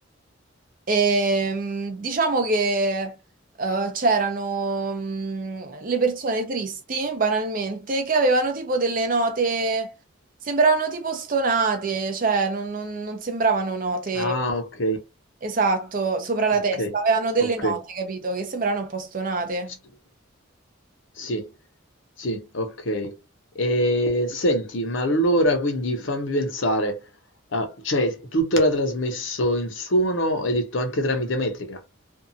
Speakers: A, on the right; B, on the left.
A: E, mm, diciamo che eh, c'erano mm, le persone tristi, banalmente, che avevano tipo delle note, sembravano tipo stonate, cioè non, non- non sembravano note
B: Ah, ok.
A: esatto, sopra la
B: Ok.
A: testa, avevano delle
B: Ok.
A: note, capito, che sembravano un po' stonate.
B: Sì. Sì. Sì, ok. E senti, ma allora quindi fammi pensare, ah, cioè tutto era trasmesso in suono, hai detto anche tramite metrica?